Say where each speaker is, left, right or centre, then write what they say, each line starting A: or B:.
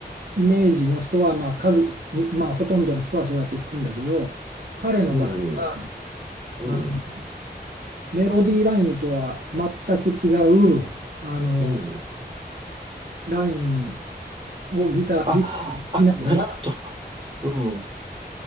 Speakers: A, on the right; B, on the right.
A: イメージの人は、まあ数、まあ、ほとんどの人はそうやって弾くんだけど、彼の場合は、
B: うん、うん、
A: あのメロディーラインとは全く違う、あの、
B: うん。
A: ラインをギター、
B: あ、
A: ギターで弾きながら、
B: あ、なるほど。うん。